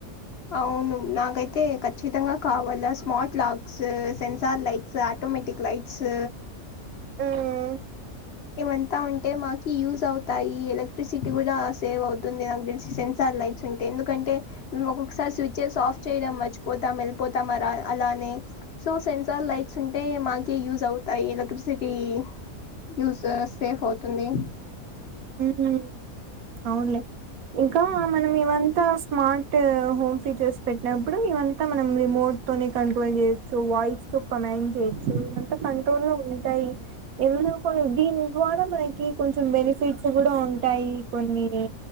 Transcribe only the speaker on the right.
హ్మ్
హ్మ్ అవునులే ఇంకా మనం ఇవంతా స్మార్ట్ హోమ్ ఫీచర్స్ పెట్టినప్పుడు ఇవంతా మనం రిమోట్ తోనీ కంట్రోల్ చేయొచ్చు వాయిస్ తో కమాండ్ చేయొచ్చు ఇంతా కంట్రోల్ ఉంటాయి. ఏమనా కూడా దీని ద్వారా మనకి కొంచెం బెనిఫిట్స్ కూడా ఉంటాయి కొన్ని